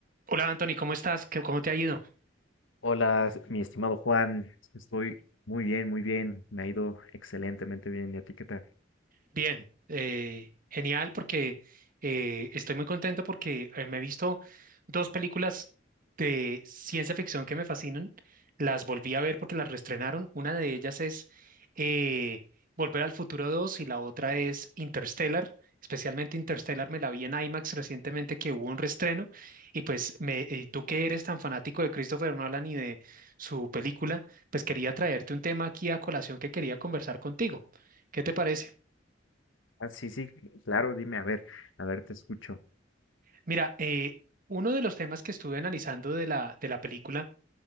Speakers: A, on the right (about 45°); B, on the left (about 85°).
A: Hola Anthony, ¿cómo estás? ¿Qué- ¿Cómo te ha ido?
B: Hola, mi estimado Juan, estoy muy bien, muy bien, me ha ido excelentemente bien, ¿y a ti qué tal?
A: Bien, eh, genial porque eh, estoy muy contento porque eh, me he visto dos películas de ciencia ficción que me fascinan. Las volví a ver porque las reestrenaron. Una de ellas es eh, Volver al Futuro 2 y la otra es Interstellar. Especialmente Interstellar me la vi en IMAX recientemente que hubo un reestreno y pues me, y tú que eres tan fanático de Christopher Nolan y de su película, pues quería traerte un tema aquí a colación que quería conversar contigo. ¿Qué te parece?
B: Ah, sí, sí, claro, dime, a ver, a ver, te escucho.
A: Mira, eh, uno de los temas que estuve analizando de la, de la película